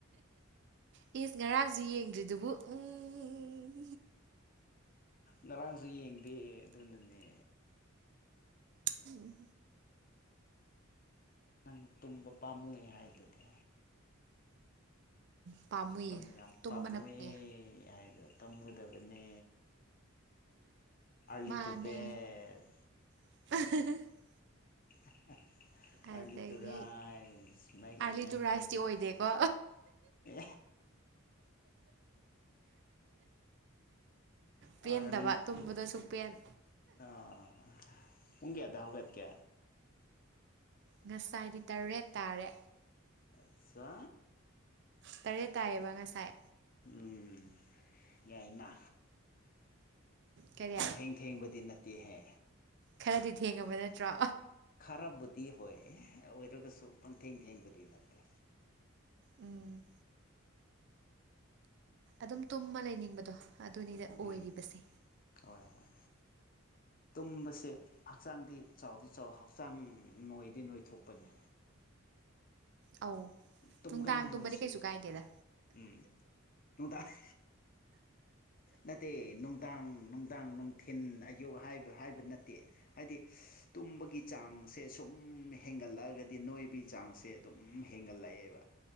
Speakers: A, on the right; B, on the left.
A: ꯎ ꯏꯁ ꯉꯔꯥꯡꯁꯨ ꯌꯦꯡꯗ꯭ꯔꯤꯗꯨꯕꯨ ꯎꯝ
B: ꯉꯔꯥꯡꯁꯨ ꯌꯦꯡꯗꯦ ꯑꯗꯨꯅꯅꯦ
A: ꯎꯝ
B: ꯅꯪ ꯇꯨꯝꯕ ꯄꯥꯝꯃꯨꯌ‌ꯦ ꯍꯥꯏꯗꯨꯗꯤ
A: ꯎꯝ ꯄꯥꯝꯃꯨꯏꯌꯦ
B: ꯃꯇꯝ ꯌꯥꯝ
A: ꯇꯨꯝꯕꯅ
B: ꯄꯥꯝꯃꯨꯌꯦ
A: ꯐꯩꯌꯦ
B: ꯍꯥꯏꯗꯣ ꯇꯝꯒꯗꯕꯅꯦ ꯑꯔꯂꯤ
A: ꯃꯥꯅꯦ
B: ꯇꯨꯕ‌ꯦꯠ
A: <unintelligible>
B: <unintelligible>
A: ꯑꯗꯒꯤ
B: early to rise make
A: early
B: a man
A: to ꯔꯥꯏꯁꯇꯤ
B: ꯍꯦꯜꯗꯤ
A: ꯑꯣꯏꯗꯦꯀꯣ
B: ꯑꯦ
A: ꯄꯦꯟꯗꯕ
B: ꯑꯥꯔ ꯂꯤꯇꯨ
A: ꯇꯨꯝꯕꯗꯣ ꯁꯨꯛꯄꯦꯟ
B: ꯑꯥ ꯄꯨꯡꯀꯌꯥꯗ ꯍꯧꯒꯠꯀꯦ
A: ꯉꯁꯥꯏꯗꯤ ꯇꯧꯔꯦ ꯇꯥꯔꯦ
B: ꯑꯠꯆꯥ
A: ꯇꯔꯦꯠ ꯇꯥꯏꯌꯦꯕ ꯉꯁꯥꯏ
B: ꯎꯝ ꯌꯥꯏꯃ
A: ꯀꯔꯤ
B: ꯄꯪꯊꯦꯡ ꯊꯦꯡꯕꯗꯤ ꯅꯠꯇꯦꯍꯦ
A: ꯈꯔꯗꯤ ꯊꯦꯡꯉꯕ ꯅꯠꯇ꯭ꯔꯣ
B: ꯈꯔꯕꯨꯗꯤ ꯍꯣꯏ ꯑꯣꯏꯔꯒꯁꯨ ꯄꯪꯊꯦꯡ ꯊꯦꯡꯕꯨꯗꯤ ꯅꯠꯇꯦ
A: ꯎꯝ ꯑꯗꯨꯝ ꯇꯨꯝꯃ ꯂꯩꯅꯤꯡꯕꯗꯣ ꯑꯗꯨꯅꯤꯗ ꯑꯣꯏꯔꯤꯕꯁꯦ
B: ꯎꯝ ꯍꯣꯏ ꯍꯣꯏ ꯇꯨꯝꯕꯁꯦ ꯍꯛꯆꯥꯡꯗꯤ ꯆꯥꯎꯗꯤ ꯆꯥꯎ ꯍꯛꯆꯥꯡ ꯅꯣꯏꯗꯤ ꯅꯣꯏꯊꯣꯛꯄꯅ‌ꯦ
A: ꯑꯧ
B: ꯇꯨꯝꯒꯥꯟꯕꯩꯁꯀꯣ
A: ꯅꯨꯡꯗꯥꯡ ꯇꯨꯝꯕꯗꯤ ꯀꯩꯁꯨ ꯀꯥꯏꯗꯦꯗ
B: ꯎꯝ ꯅꯨꯡꯗꯥꯥꯡ ꯅꯠꯇꯦ ꯅꯨꯡꯗꯥꯡ ꯅꯨꯡꯗꯥꯡ ꯅꯨꯡꯊꯤꯟ ꯑꯌꯨꯛ ꯍꯥꯏꯕ ꯍꯥꯏꯕ ꯅꯠꯇꯦ ꯍꯥꯏꯗꯤ ꯇꯨꯝꯕꯒꯤ ꯆꯥꯡꯁꯦ ꯁꯨꯝ ꯍꯦꯟꯒꯠꯂꯛꯑꯒꯗꯤ ꯅꯣꯏꯕꯒꯤ ꯆꯥꯡꯁꯦ ꯑꯗꯨꯝ ꯍꯦꯟꯒꯠꯂꯛꯑꯦꯕ